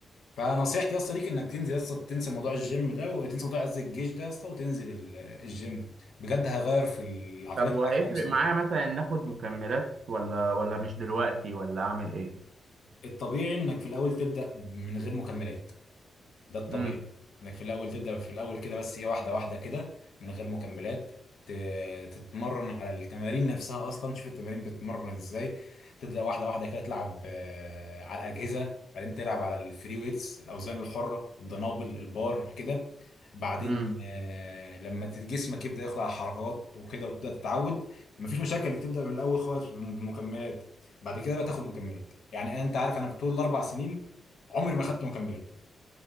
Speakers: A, on the left (about 70°); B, on the right (about 55°).
A: فنصيحتي يا اسطى ليك انك تنزل يا اسطى تنسى موضوع الجيم ده وتنسى موضوع قصدي الجيش ده يا اسطى وتنزل ال- الجيم بجد هيغير في العقليه
B: طب
A: بتاعتك
B: وهيفرق
A: يا مصطفى
B: معايا مثلا ناخد مكملات ولا ولا مش دلوقتي ولا اعمل ايه
A: الطبيعي انك في الاول تبدا من غير مكملات ده الطبيعي
B: امم
A: انك في الاول تبدا في الاول كده بس ايه واحده واحده كده من غير مكملات ت- تتمرن على التمارين نفسها اصلا تشوف التمارين بتتمرن ازاي تبدا واحده واحده كده تلعب آه، على الاجهزه بعدين تلعب على الفري ويتس الاوزان الحره الدنابل البار كده بعدين
B: امم
A: آه، لما ت- جسمك يبدا ياخد على الحركات وكده وتبدا تتعود مفيش مشاكل انك تبدا من الاول خالص بالمكملات بعد كده بقى تاخد مكملات يعني انت عارف انا في طول الاربع سنين عمري ما خدت مكملات